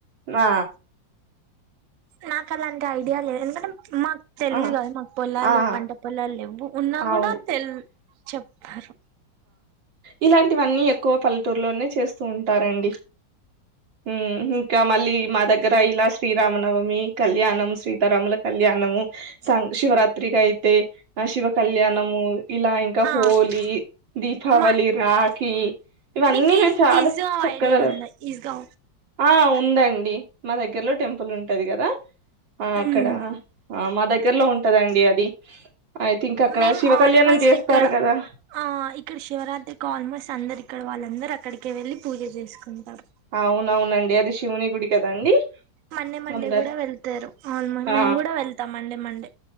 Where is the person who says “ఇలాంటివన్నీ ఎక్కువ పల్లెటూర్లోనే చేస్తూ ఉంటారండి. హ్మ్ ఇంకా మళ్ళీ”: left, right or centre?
Right